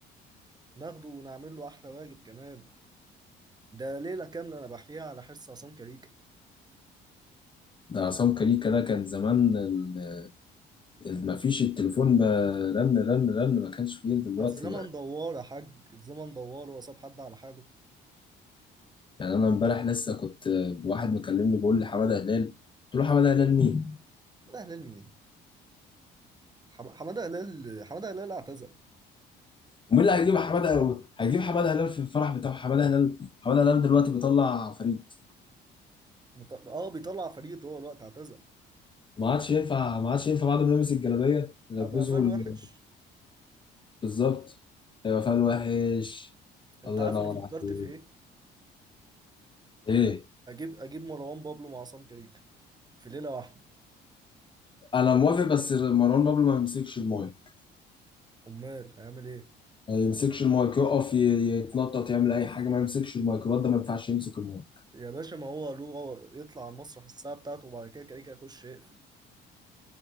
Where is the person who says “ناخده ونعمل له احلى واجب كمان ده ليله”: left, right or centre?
Right